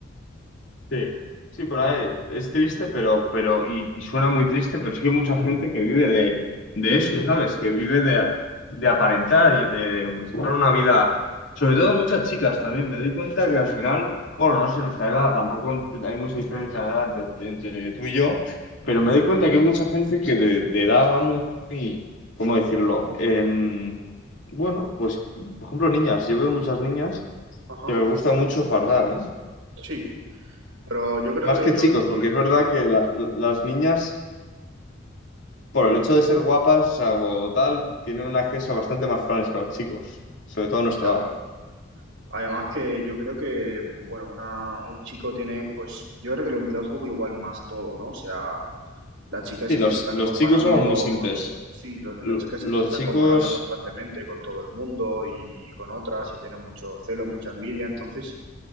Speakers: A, on the left; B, on the right.
A: Sí, sí, pero eh, es triste, pero, pero, y, y suena muy triste, pero es que hay mucha gente que vive de, de eso, ¿sabes? Que vive de, de aparentar y de, de buscar una vida. Sobre todo muchas chicas también. Me doy cuenta
B: Sí,
A: que al final, bueno, no sé, nuestra edad, tampoco hay mucha diferencia de edad entre, entre tú y yo, pero me doy cuenta que hay mucha gente que de, de edad va muy, muy- ¿cómo decirlo? Em, bueno, pues, por ejemplo, niñas. Yo veo muchas niñas
B: ajá,
A: que les gusta mucho fardar, ¿no?
B: sí, pero yo creo
A: Más
B: que
A: que
B: es
A: chicos,
B: lo que te
A: porque
B: digo,
A: es verdad que la- la- las niñas, por el hecho de ser guapas o sea, o tal, tienen un acceso a bastante más planes que los chicos, sobre todo a nuestra
B: ya.
A: edad.
B: Además que yo creo que, pues bueno, una, un chico tiene, pues yo creo que le da un poco igual más todo, ¿no? O sea, las chicas
A: Sí,
B: sí
A: los,
B: que se están
A: los
B: comparando
A: chicos somos muy simples.
B: con, sí, lo-
A: Lo-
B: las chicas sí
A: Los
B: que se están
A: chicos,
B: comparando constantemente con todo el mundo y, y con otras y tienen mucho celo, mucha envidia, entonces...